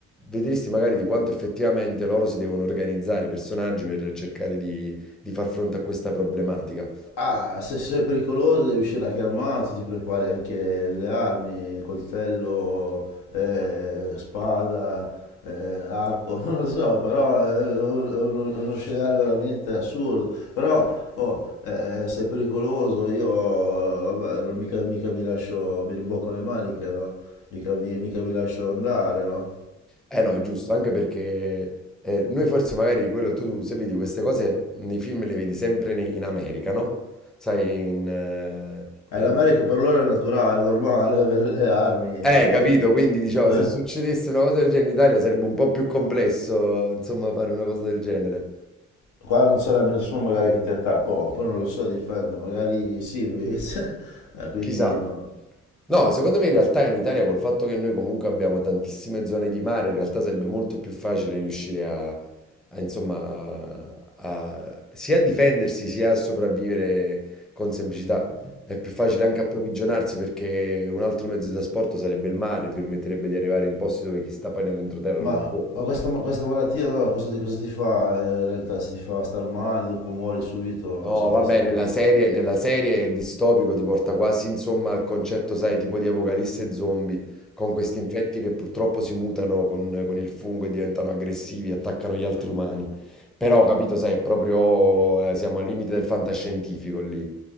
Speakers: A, in the centre; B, on the left.
A: vedresti magari di quanto effettivamente loro si devono organizzare i personaggi per cercare di, di far fronte a questa problematica.
B: Ah, se sei pericoloso devi uscire anche armato, ti prepari anche delle armi, coltello, eh, spada, eh, arco, <laughs> non lo so, però è è uno, è uno scenario veramente assurdo. Però, oh, eh, se è pericoloso io, vabbè, non mica, mica mi lascio, mi rimbocco le maniche, no? Mica mi, mica mi lascio andare, no?
A: Eh no, è giusto, anche perché eh, noi forse magari quello tu, se vedi queste cose nei film le vedi sempre nei- in America, no? Sai, in... eh,
B: Eh,
A: eh,
B: l'America per loro è naturale, è normale avere le armi
A: eh,
B: così.
A: capito,
B: no?
A: quindi diciamo, se
B: Eh.
A: succedesse una cosa del genere in Italia sarebbe un po' più complesso, insomma, fare una cosa del genere.
B: Qua non sarebbe nessuno magari che ti attacca, oh, poi non lo so, dipende, magari sì invece, <laughs> Eh, quindi
A: Chissà.
B: no.
A: No, secondo me in realtà in Italia col fatto che noi comunque abbiamo tantissime zone di mare, in realtà sarebbe molto più facile riuscire a, a, insomma, a- a- sia a difendersi sia a sopravvivere con semplicità. È più facile anche approvvigionarsi perché un altro mezzo di trasporto sarebbe il mare, ti permetterebbe di arrivare in posti dove chi sta poi nell'entroterra
B: Ma,
A: non può.
B: ma questa, ma questa malattia no, cosa ti, cosa ti fa eh, in realtà? Se ti fa star male, dopo muori subito,
A: No,
B: se ti...
A: vabbè,
B: se ti-
A: nella serie, nella serie è distopico ti porta quasi insomma al concetto, sai, tipo di apocalisse zombie, con questi infetti che purtroppo si mutano con, con il fungo e diventano aggressivi, attaccano gli altri umani. Però, capito, sai, è proprio, eh, siamo al limite del fantascientifico lì.